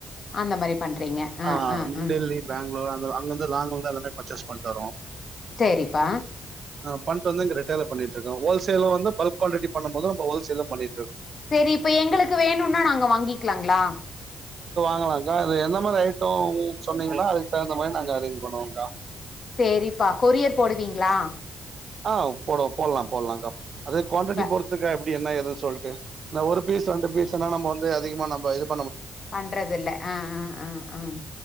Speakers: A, on the left; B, on the right.
A: அந்த மாரி பண்றீங்க ஆ
B: ஆஹ்
A: ஆ ஆ
B: டெல்லி பெங்களூர்
A: ம்
B: அங்க அங்க லாங்கு வந்த பர்ச்சேஸ் பண்ணிட்டு வருவோம்
A: சேரி பா
B: ஆஹ பண்ணிட்டு வந்து இங்க ரீடைல்ல பண்ணிட்டு இருக்கும் ஹோல்சேல் வந்து பல்க் குவாலிட்டி பண்ணும் போது நம்ம ஹோல்சேல் பண்ணி
A: சரி இப்ப எங்களுக்கு வேணும்னா நாங்க வாங்கிக்கலாங்களா
B: ஆஹா அக்கா அது எந்த மாதிரி ஐட்டம் சொன்னீங்கனா அதுக்கு தகுந்த மாதிரி நாங்க அரேஞ்ச் பண்ணுவோம்கா
A: சேரிப்பா கொரியர் போடுவீங்களா
B: ஆஹ் போடு போடலாம் போடலாம்க்கா அது குவான்டிட்டி
A: ப
B: பொருத்துக்க எபடி இப்டி என்ன ஏது சொல்ட்டு இல்ல ஒரு பீஸ் ரெண்டு பீஸ்ன்னா நம்ம வந்து இது அதிகமா நம்ம இதுப்
A: பண்றது இல்ல ஆஹ் ஆஹ் ஆஹ் ஆஹ்